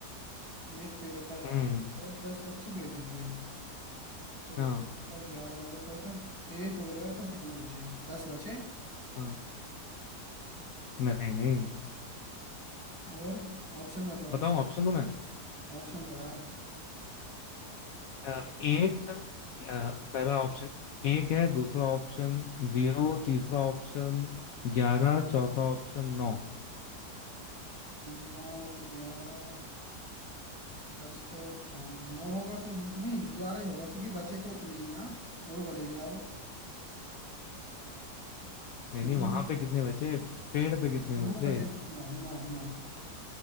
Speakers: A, on the right; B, on the left.
A: एक पेड़ पर
B: हम्म
A: है और दस पक्षी बैठे थे तो
B: हाँ
A: पेड़ पर ग्यारह हो गए टोटल एक उड़ गया तो कितने बचे दस बचे
B: हाँ नहीं नहीं
A: और ऑप्शन बताओ
B: बताऊं
A: ऑप्शन
B: ऑप्शन दूं मैं
A: ऑप्शन दो यार
B: अ, एक तो अ, पहला ऑप्शन एक है दूसरा ऑप्शन जीरो तीसरा ऑप्शन ग्यारह चौथा ऑप्शन नौ
A: नौ ग्यारह दस तो था नहीं नौ होगा फिर नहीं ग्यारह ही होगा क्योंकि बचे तो उतने ही ना उड़ भले ही गया वो
B: नहीं
A: कितने
B: नहीं वहां पे कितने बचे पेड़ पे कितने
A: नौ
B: बचे
A: बचे तो नौ नौ नौ